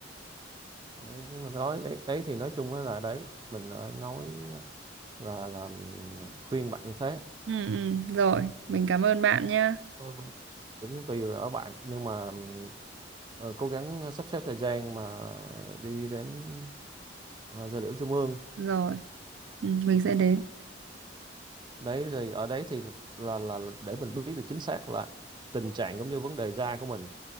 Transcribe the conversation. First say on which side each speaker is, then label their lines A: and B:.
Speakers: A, on the right; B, on the right.
A: đấy nhưng mà nói đấy, đấy thì nói chung là đấy mình đã nói là làm khuyên bạn như thế
B: ừ, ừ. rồi mình cảm ơn bạn nha
A: Ừ. cũng tùy ở bạn nhưng mà ờ, cố gắng sắp xếp thời gian mà đi đến ờ, giờ liễu trung ương
B: rồi ừ, mình sẽ đến
A: đấy rồi ở đấy thì là, là là để mình biết được chính xác là tình trạng cũng như vấn đề da của mình